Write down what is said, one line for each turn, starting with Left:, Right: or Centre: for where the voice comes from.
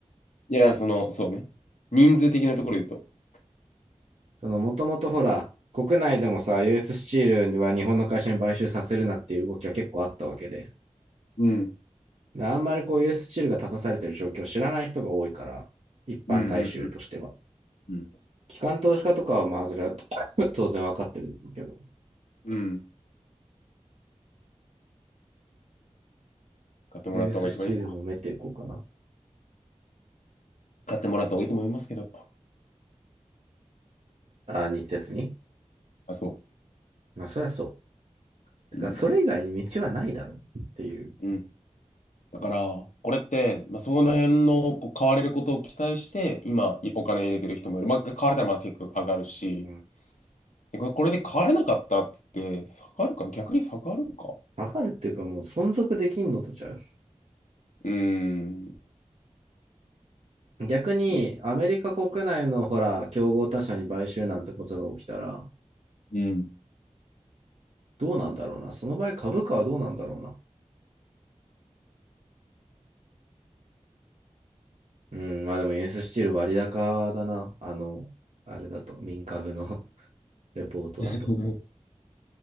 Left: いや、その、そうね。人数的なところで言うと。
Right: その、もともとほら、国内でもさ、US ススチールは日本の会社に買収させるなっていう動きは結構あったわけで、
Left: うん。
Right: であんまりこう US ススチールが立たされてる状況を知らない人が多いから、一般大衆としては。
Left: うんうんうんうん。
Right: 機関投資家とかはまあ、それは <coughs> 当然わかってるんだけど、
Left: うん。買ってもらった方が一番いい。
Right: US ススチールも埋めていこうかな。
Left: 買ってもらった方がいいと思いますけど。
Right: あ、日鉄に。
Left: あ、そ
Right: まあ、そりゃそう。てか、
Left: う。うん。
Right: それ以外に道はないだろうっていう。
Left: うん。だから、これって、まあ、その辺のこう買われることを期待して、今、いお金入れてる人もいる。まあ、買われたらまあ結構上がるし、
Right: うか
Left: でこれこれで変われなかったっつって、下がるか、逆に下がるか。
Right: 下がるっていうか、もう存続できんのとちゃう。
Left: うーん。
Right: 逆にアメリカ国内のほら、
Left: いや、
Right: 競合他社に買収なんてことが起きたら、
Left: うん。
Right: どうなんだろうな。その場合株価はどうなんだろうな。うん、まあでもユーススチール割高だな。あの、あれだと、民株の <laughs> レポートだと。
Left: <laughs>